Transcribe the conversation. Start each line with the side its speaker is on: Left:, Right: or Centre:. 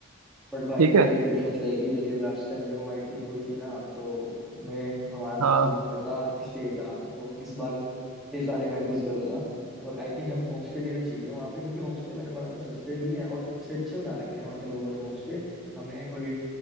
Centre: बट भाई
Right: ठीक
Centre: मेरी
Right: है
Centre: एक प्रेफरेंस रहेगी देखिए लास्ट टाइम जब हमारी ट्रिप हुई थी ना तो इसमें हमारा सबसे
Right: हाँ
Centre: दिक्कत था स्टे का तो इस बार ये सारे मैं चूज करूंगा और आई थिंक हमें होम स्टे लेना चाहिए वहाँ पे क्योंकि होम स्टे मैंने पढ़ा था सस्ते भी हैं और अच्छे अच्छे बना रखे हैं वहाँ के लोगों ने होम स्टे हमें कोई